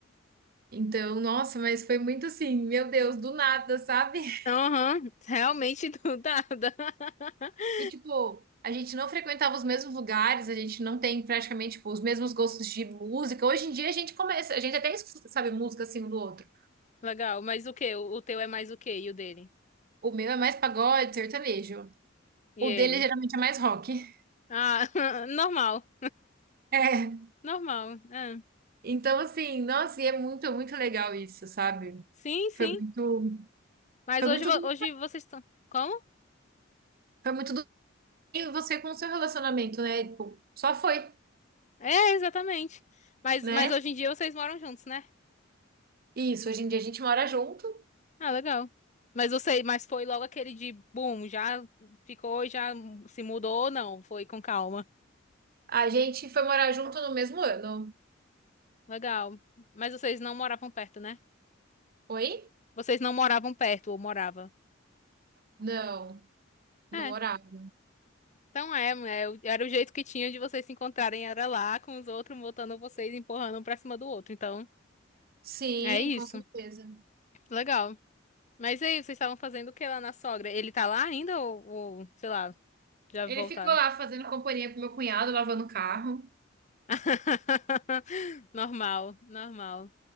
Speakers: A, on the right; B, on the left.
A: Então, nossa, mas foi muito assim, meu Deus, do nada, sabe? <laughs>
B: Aham, realmente do nada. <laughs>
A: E tipo, a gente não frequentava os mesmos lugares, a gente não tem praticamente tipo, os mesmos gostos de música. Hoje em dia a gente começa, a gente até escuta, sabe música assim um do outro.
B: Legal, mas o quê? O o teu é mais o quê? E o dele?
A: O meu é mais pagode, sertanejo.
B: E
A: O
B: ele?
A: dele geralmente é mais rock. <laughs>
B: Ah, <laughs> normal.
A: É.
B: Normal. É.
A: Então, assim, nossa, e é muito, muito legal isso, sabe?
B: Sim, sim.
A: Foi muito,
B: Mas
A: foi
B: hoje,
A: muito
B: vo-
A: do
B: hoje vocês estão. Como?
A: foi muito do E você com o seu relacionamento, né? Tipo, só foi,
B: É, exatamente. Mas,
A: né?
B: mas hoje em dia vocês moram juntos, né?
A: Isso, hoje em dia a gente mora junto.
B: Ah, legal. Mas você, mas foi logo aquele de boom, já ficou, já se mudou ou não? Foi com calma.
A: A gente foi morar junto no mesmo ano.
B: Legal. Mas vocês não moravam perto, né?
A: Oi?
B: Vocês não moravam perto ou morava?
A: Não, não
B: É.
A: morava.
B: Então é, é, era o jeito que tinha de vocês se encontrarem, era lá com os outros, botando vocês, empurrando um pra cima do outro. Então,
A: Sim,
B: é isso.
A: com certeza.
B: Legal. Mas e aí, vocês estavam fazendo o que lá na sogra? Ele tá lá ainda ou, ou, sei lá, já
A: Ele
B: voltaram?
A: ficou lá fazendo companhia pro meu cunhado, lavando o carro.
B: <laughs> Normal, normal.